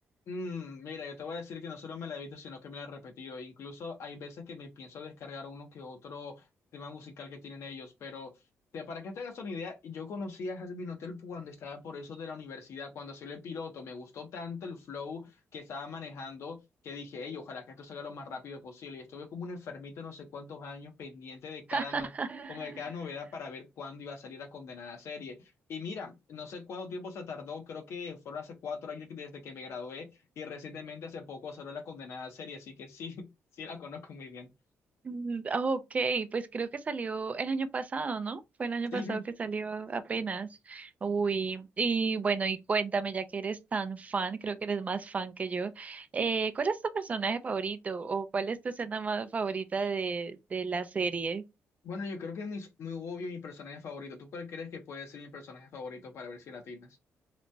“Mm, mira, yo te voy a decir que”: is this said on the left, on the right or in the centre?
Left